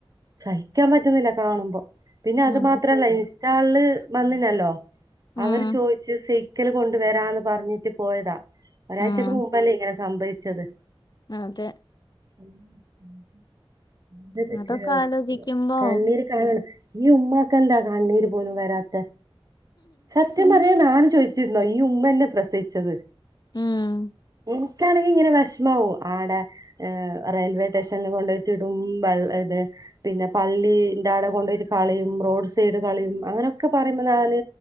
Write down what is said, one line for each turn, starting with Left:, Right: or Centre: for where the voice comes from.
Right: സഹിക്കാൻ പറ്റുന്നില്ല കാണുമ്പോ പിന്നെ അത്
Left: അതെ
Right: മാത്രല്ല ഇൻസ്റ്റാൾല് വന്നിനല്ലോ
Left: ഉം
Right: അവര് ചോയ്ച്ച് <inaudible> <inaudible> കൊണ്ട് വരാന്ന് പറഞ്ഞിട്ട് പോയതാ ഒരാഴ്ചക്ക്
Left: ഉം
Right: മുമ്പല്ലേ ഇങ്ങനെ സംഭവച്ചത്
Left: അതെ
Right: <unintelligible>
Left: അതൊക്കെ ആലോചിക്കുമ്പോ
Right: <inaudible> കണ്ണീര് കാണണ് ഈ ഉമ്മാക്കെന്താ കണ്ണീര് പോലും വരാത്ത സത്യം <inaudible> ചോയ്ച്ചിരുന്നോ ഈ ഉമ്മന്നെ പ്രസവിച്ചത്
Left: ഉം
Right: <inaudible> നിക്കാണെങ്കി ഇങ്ങനെ വെഷമാ <inaudible> ആടെ ഹ് റെയിൽവേ സ്റ്റേഷനിൽ കൊണ്ടയിറ്റിടും <unintelligible> പിന്നെ പള്ളിന്റെ ആടെ കൊണ്ടയിട്ട് കളയും റോഡ് സൈഡ് കളയും അങ്ങനെയൊക്കെ പറയുമ്പോ ഞാന്